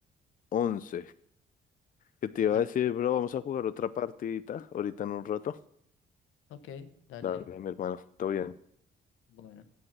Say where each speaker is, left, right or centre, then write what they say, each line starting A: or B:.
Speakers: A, on the left; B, on the left.
A: once ¿Qué te iba
B: Ac-
A: a decir, bro? Vamos a jugar otra partidita ahorita en un rato.
B: Ok, dale.
A: Dale, mi hermano. Todo bien.
B: Bueno.